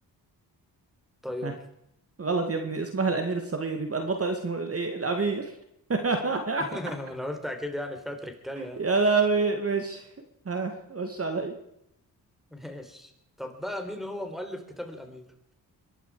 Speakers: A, in the centre; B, on the right.
A: طيار
B: ها غلط يا ابني اسمها الامير الصغير يبقى البطل اسمه الايه الامير <laughs>
A: <laughs> أنا قلت أكيد يعني فيها تركاية يعني.
B: يا لهوي ماشي ها خش عليا
A: ماشي طب بقى مين هو مؤلف كتاب الأمير؟